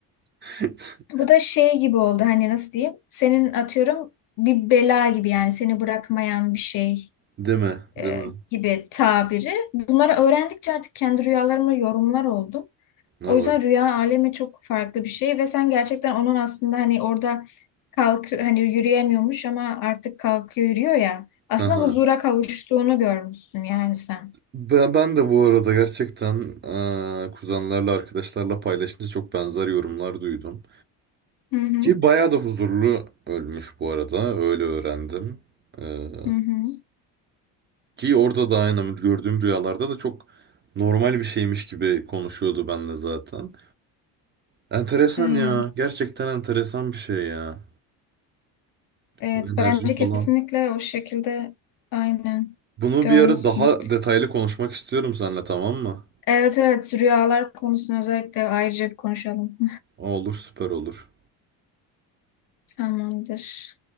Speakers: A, on the right; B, on the left.
A: <laughs>
B: Bu da şey gibi oldu hani nasıl diyeyim? Senin atıyorum bir bela gibi yani seni bırakmayan bir şey
A: Değil mi? Değil
B: e,
A: mi?
B: gibi tabiri. Bunları öğrendikçe artık kendi rüyalarımla yorumlar oldum.
A: Evet.
B: O yüzden
A: <laughs>
B: rüya alemi çok farklı bir şey ve sen gerçekten onun aslında hani orada kalk hani yürüyemiyormuş ama artık kalkıyor yürüyor ya. Aslında
A: Ha
B: huzura kavuştuğunu görmüşsün yani sen.
A: Ben, ben de bu arada gerçekten eee, kuzenlerle arkadaşlarla paylaşınca çok benzer yorumlar duydum.
B: Hı hı.
A: Ki bayağı da huzurlu ölmüş bu arada öyle öğrendim. Eee,
B: Hı hı.
A: ki orada da aynı gördüğüm rüyalarda da çok normal bir şeymiş gibi konuşuyordu benle zaten. Enteresan
B: Aynen.
A: ya gerçekten enteresan bir şey ya.
B: Evet
A: Bu enerji
B: bence kesinlikle
A: falan.
B: o şekilde aynen
A: Bunu
B: görmüşsün.
A: bir ara daha detaylı konuşmak istiyorum seninle tamam mı?
B: Evet evet rüyalar konusunu özellikle ayrıca bir konuşalım.
A: Olur süper olur.
B: <laughs> Tamamdır.